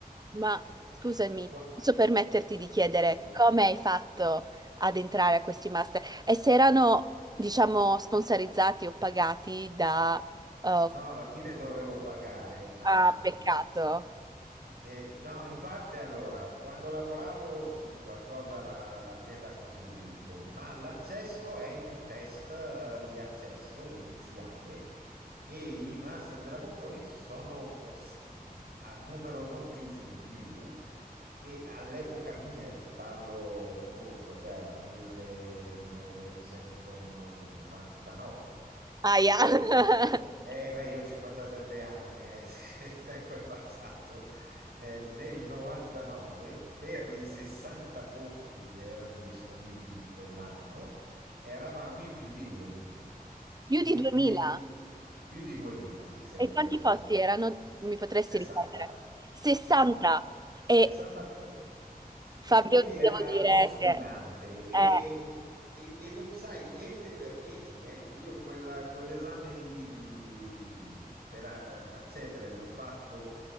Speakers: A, on the right; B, on the right.
A: ma
B: Eh,
A: scusami,
B: qua-
A: posso permetterti di chiedere
B: dimmi.
A: come hai fatto ad entrare a questi master? E se erano, diciamo, sponsorizzati o pagati da... eh,
B: no, alla fine dovevo pagare, ma
A: ah,
B: no,
A: peccato.
B: Eh, no, in parte allora, quando lavoravo sì, qualcosa la- l'azienda ha contribuito, ma l'accesso è un test eh, di accesso iniziale e i master della Bocconi sono eh, s- a numero non chiuso di più e all'epoca mia, e ti parlo, puh, cos'era, 1999.
A: Aia.
B: Eh,
A: <laughs>
B: eh, eh, beh, io ho 57 anni, eh, <laughs> il tempo è passato eh, nel 99 per i 60 posti che erano disponibili quell'anno, eravamo in più di 2000.
A: Più
B: Quindi
A: di 2000?
B: più di 2000 ci siamo
A: E quanti
B: presentati.
A: posti erano? Mi potresti
B: 60,
A: ripetere? 60.
B: 60,
A: E
B: 60 posti.
A: Fabio,
B: E quindi era
A: devo dire
B: non sfidante
A: che, eh,
B: e, e- e non sai niente per mesi. eh. Io quella- quell'esame lì di, di- per eh, accedere l'ho fatto,